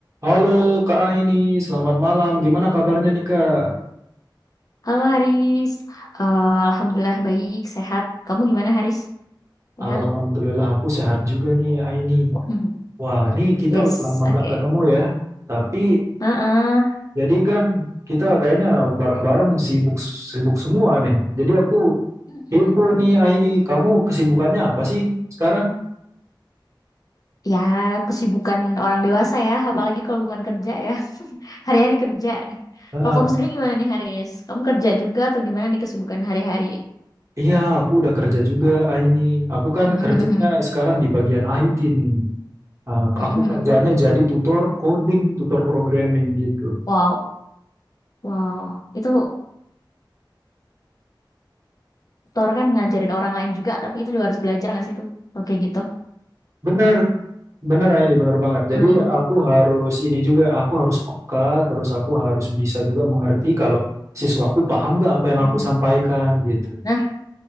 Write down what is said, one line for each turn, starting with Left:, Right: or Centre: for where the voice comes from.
Right: Halo Kak Aini, selamat malam. Gimana kabarnya nih Kak?
Left: Halo Haris, Eh, Alhamdulillah baik, sehat. Kamu gimana Haris? Sehat?
Right: Alhamdulillah aku sehat juga nih Aini.
Left: Mhm.
Right: Wah, nih kita
Left: Yes,
Right: udah lama
Left: oke.
Right: nggak ketemu ya. Tapi
Left: Heeh.
Right: jadi kan kita kayaknya bareng-bareng sibuk sibuk semua nih. Jadi aku
Left: Mhm.
Right: kepo nih Aini, kamu kesibukannya apa sih sekarang?
Left: Ya, kesibukan orang dewasa ya, apalagi kalau bukan kerja ya. <laughs> Hari-hari kerja.
Right: Heeh.
Left: Kalau kamu sendiri gimana nih Haris? Kamu kerja juga atau gimana nih kesibukan hari-hari?
Right: Iya, aku udah kerja juga Aini. Aku kan
Left: Mhm.
Right: kerjanya sekarang di bagian IT nih. Nah,
Left: Mhm.
Right: aku kerjanya jadi tutor coding, tutor programming gitu.
Left: Wow, wow. Itu tutor kan ngajarin orang lain juga, tapi itu juga harus belajar nggak sih itu? Oke gitu.
Right: Benar, Bener ini bener banget. Jadi
Left: Heeh.
Right: aku harus ini juga, aku harus peka, terus aku harus bisa juga mengerti kalau siswaku paham gak apa yang
Left: Mhm.
Right: aku sampaikan gitu.
Left: Nah,